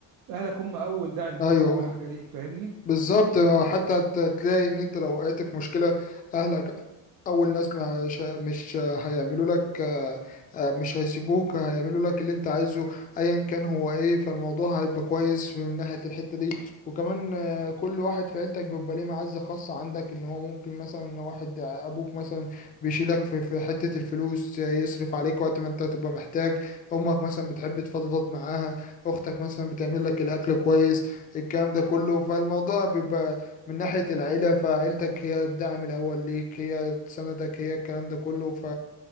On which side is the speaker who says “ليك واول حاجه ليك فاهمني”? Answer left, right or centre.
Right